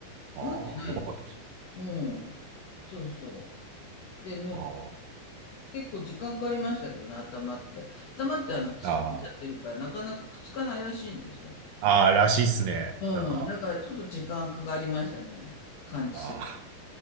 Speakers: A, on the right (about 80°); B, on the left (about 75°).
A: ああ、
B: 剥げてないです。
A: よかったっす。
B: うん。そうそう。で、縫って、
A: あ
B: 結構時間かかりましたけどね、頭って。頭ってあの、突っ張っちゃってるから、
A: あ、あ
B: なかなかくっつかないらしいんですよ。
A: あ、ああらしいっすね。
B: うん。
A: なんか、
B: だからちょっと時間かかりましたね。完治する
A: ああ